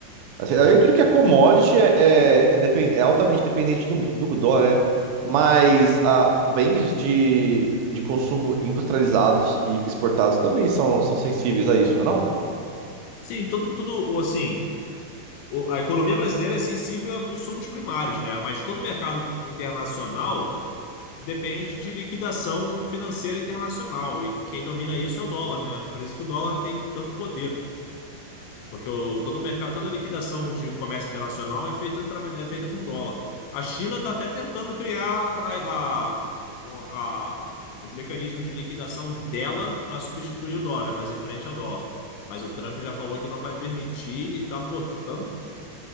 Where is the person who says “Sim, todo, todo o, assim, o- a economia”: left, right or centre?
Left